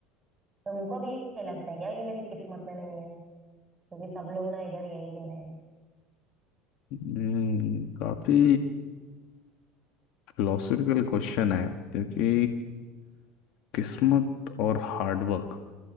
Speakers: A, on the right; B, on the left.
A: तुमको भी ये लगता है क्या कि मेरी किस्मत में नहीं है क्योंकि सब लोग ना इधर यही कह रहे हैं
B: हम्म, काफी फिलोसफिकल क्वेश्चन है क्योंकि किस्मत और हार्डवर्क